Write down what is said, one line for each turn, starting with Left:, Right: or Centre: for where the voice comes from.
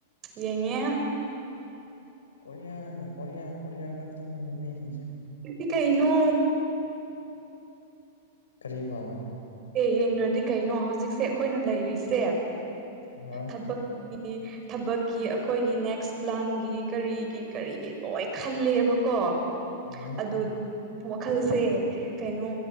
Right: ꯌꯦꯡ ꯌꯦꯡꯉꯦ
Left: ꯀꯣꯔꯤꯌꯥ ꯀꯣꯔꯤꯌꯥ ꯀꯣꯔꯤꯌꯥ ꯈꯛꯇꯅꯤꯅꯦ ꯃꯤꯁꯤꯡꯁꯦ
Right: ꯏꯀ ꯀꯩꯅꯣ
Left: ꯀꯔꯤꯕ
Right: ꯑꯦ ꯌꯦꯡꯗ꯭ꯔꯗꯤ ꯀꯩꯅꯣ ꯍꯧꯖꯤꯛꯁꯦ ꯑꯩꯈꯣꯏꯅ ꯂꯩꯔꯤꯁꯦ
Left: ꯑꯍꯥ
Right: ꯊꯕꯛꯀꯤ ꯊꯕꯛꯀꯤ ꯑꯩꯈꯣꯏꯒꯤ ꯅꯦꯛꯁ ꯄ꯭ꯂꯥꯟꯒꯤ ꯀꯔꯤꯒꯤ ꯀꯔꯤꯒꯤ ꯂꯣꯏ ꯈꯜꯂꯦꯕꯀꯣ
Left: ꯎꯝꯍꯨꯝ
Right: ꯑꯗꯨ ꯋꯥꯈꯜꯁꯦ ꯀꯩꯅꯣ